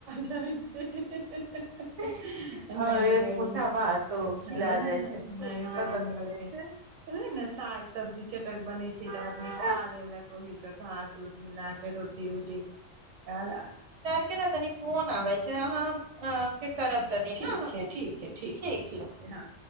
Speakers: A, on the right; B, on the right.
A: पड़ैछै ह-ह-ह-ह-ह
B: और
A: नहि
B: एक
A: बड़ी
B: मुठ्ठा
A: नीक
B: भातो खिला
A: हैंय
B: जाइ छै खूब
A: नहि बड़ी
B: पसन्द
A: नीक
B: पड़ै छै
A: साग सब्जी चटक बने तऽ आदमी
B: हँ
A: खा लेलक ओहि पर भात-उत मिलाकेँ। रोटी उटी आएल आ
B: केँना तनी फोन आबइ छै अहाँ हम अहाँकेँ करब तनी
A: ठीक
B: न हम्मे
A: छै ठीक छै
B: ठीक छै।
A: हँ